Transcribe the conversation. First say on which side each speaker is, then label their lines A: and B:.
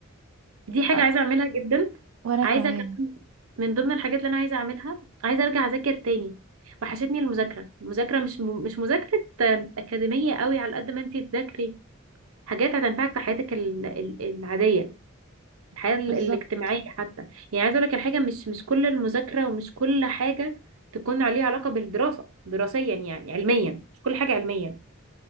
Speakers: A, on the right; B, on the right.
A: دي حاجه
B: أنا
A: عايزه اعملها جدا
B: وأنا
A: عايزه
B: كمان
A: كمان من ضمن الحاجات اللي انا عايزه اعملها عايزه ارجع اذاكر تاني وحشتني المذاكره المذاكره مش م... مش مذاكره آه، اكاديميه قوي على قد ما انت تذاكري حاجات هتنفعك في حياتك ال... ال- العاديه الحياة ال-
B: بالظبط
A: الاجتماعية حتى يعني عايزة اقول لك الحاجة مش مش كل المذاكرة ومش كل حاجة تكون عليها علاقة بالدراسة دراسيا يعني علميا مش كل حاجة علميا